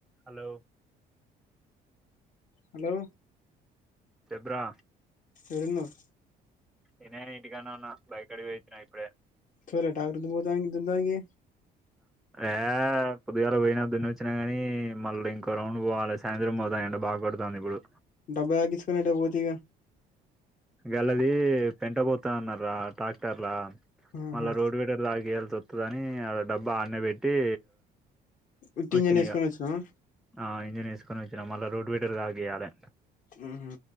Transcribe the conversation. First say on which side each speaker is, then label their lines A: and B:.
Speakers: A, in the centre; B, on the left (about 50°).
A: Hello
B: hello
A: చెబ్రా
B: ఏడున్నావ్
A: ఇనే ఇంటి కాన్నా ఉన్న బై కాడికి పోయి అచ్చిన ఇప్పుడే
B: పోలే టాక్టర్ దగ్గరికి పోతా దున్నటానికి
A: ఏ పొద్దుగాల పోయినా దున్న వచ్చినా కాగానీ మళ్ళీ ఇంకో రౌండ్ పోవాలి సాయంత్రం పోదా బాగా కొడతాంది ఇప్పుడు
B: డబ్బా తాకిచ్చుకొని ఎటో పోతివి గా
A: గలది పెంట పోతా అన్న రా ట్రాక్టర్ లా
B: ఆహా
A: మళ్ళా రోడ్డు వేటర్ తాగి వె తొతుదని ఆ డబ్బా ఆన్న పెట్టి
B: ఉట్టింజని
A: వచ్చిన
B: వేసుకొని
A: ఇగ
B: వచ్చినవ
A: ఆ ఇంజన్ వేసుకొని వచ్చినా మళ్ళా రోడ్ వీటర్ తగియాలే
B: ఆహా